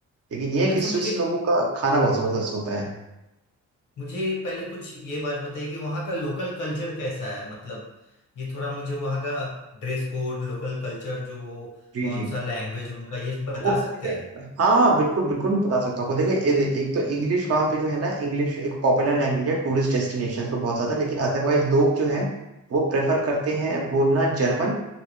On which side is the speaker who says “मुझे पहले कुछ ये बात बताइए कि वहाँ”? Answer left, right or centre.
Left